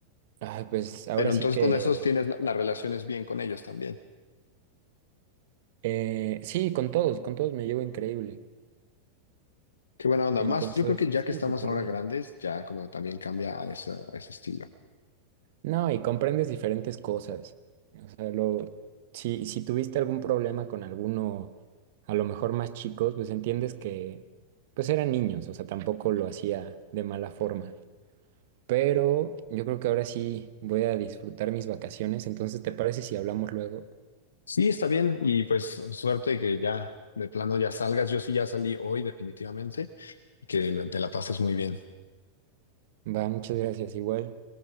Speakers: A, on the right (about 50°); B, on the left (about 70°).
A: ah, pues ahora
B: Pero entonces
A: sí que...
B: con esos tienes la- las relaciones bien con ellos también.
A: Eh, sí, con todos, con todos me llevo increíble.
B: Qué buena onda.
A: Entonces,
B: Más, yo creo que ya
A: sí,
B: que estamos
A: súper
B: ahora
A: bien.
B: grandes, ya como también cambia a ese, a ese estilo.
A: No, y comprendes diferentes cosas. O sea, lo, si, si tuviste algún problema con alguno, a lo mejor más chicos, pues entiendes que, pues eran niños, o sea, tampoco lo hacía de mala forma. Pero yo creo que ahora sí voy a disfrutar mis vacaciones, entonces, ¿te parece si hablamos luego?
B: Sí, está bien. Y pues suerte que ya de plano ya salgas. Yo sí ya salí hoy definitivamente y que te la pases muy bien.
A: Va, muchas gracias, igual.